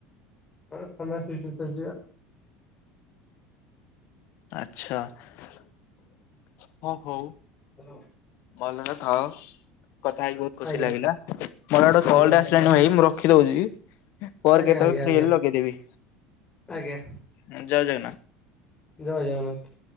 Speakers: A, on the left; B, on the left.
A: ହଁ ଫ୍ରାମଷ୍ଟି ବିଷୟରେ ଚାଲିଛି ପା।
B: ଆଛା ହଁ ହଉ।
A: ହ୍ୟାଲୋ?
B: ଭଲ ରେ ଥାଅ କଥା ହେଇକି ବହୁତ ଖୁସି
A: ଆଜ୍ଞା
B: ଲାଗିଲା, ମୋର ଗୋଟେ କଲ୍
A: ଆଜ୍ଞା
B: ଟେ ଆସି ତେଣୁ ଭାଇ ମୁଁ ରଖି ଦଉଛି, ପରେ
A: ଆଜ୍ଞା
B: କେତେବେଳେ
A: ଆଜ୍ଞା ଆଜ୍ଞା ଆଜ୍ଞା
B: ଫ୍ରି ହେଲେ ଲଗେଇଦେବି।
A: ଆଜ୍ଞା
B: ଜୟ ଜଗନ୍ନାଥ।
A: ଜୟ ଜଗନ୍ନାଥ।